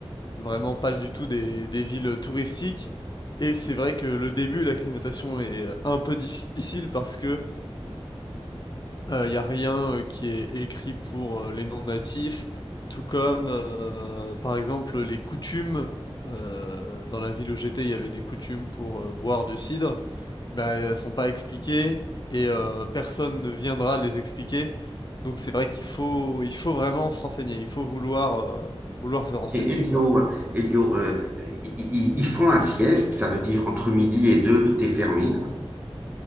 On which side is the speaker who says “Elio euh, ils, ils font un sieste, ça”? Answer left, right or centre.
Right